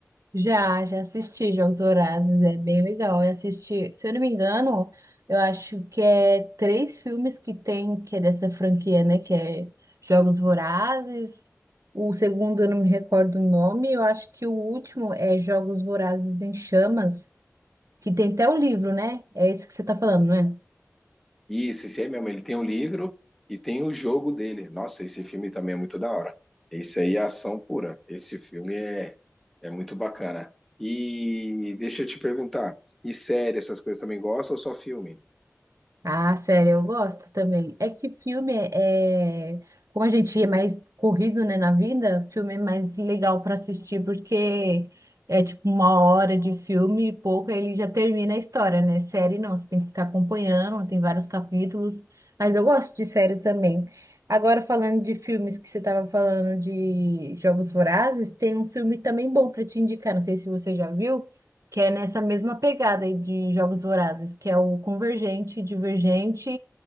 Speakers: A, on the right; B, in the centre.
A: Já, já assisti Jogos Vorazes, é bem legal. Eu assisti, se eu não me engano, eu acho que é três filmes que tem, que é dessa franquia, né? Que é Jogos Vorazes. O segundo eu não me recordo o nome, eu acho que o último é Jogos Vorazes em Chamas, que tem até o livro, né? É esse que você tá falando, né?
B: Isso, esse aí mesmo. Ele tem o livro e tem o jogo dele. Nossa, esse filme também é muito da hora. Esse aí é ação pura. Esse filme é, é muito bacana. E deixa eu te perguntar, e série, essas coisas também gostam ou só filme?
A: Ah, sério, eu gosto também. É que filme é, é, como a gente é mais corrido, né, na vida, filme é mais legal para assistir porque é tipo uma hora de filme e pouco, aí ele já termina a história, né? Série não, você tem que ficar acompanhando, tem vários capítulos, mas eu gosto de série também. Agora falando de filmes que você estava falando de Jogos Vorazes, tem um filme também bom para te indicar, não sei se você já viu que é nessa mesma pegada aí de Jogos Vorazes, que é o Convergente, Divergente